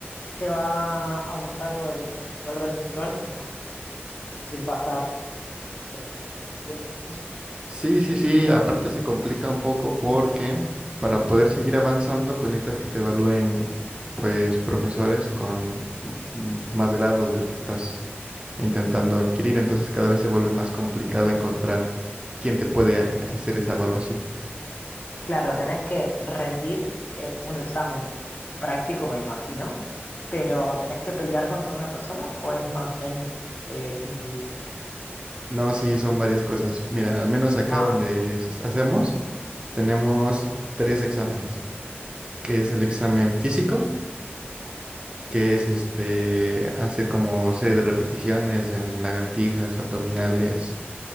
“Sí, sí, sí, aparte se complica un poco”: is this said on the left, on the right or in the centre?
Right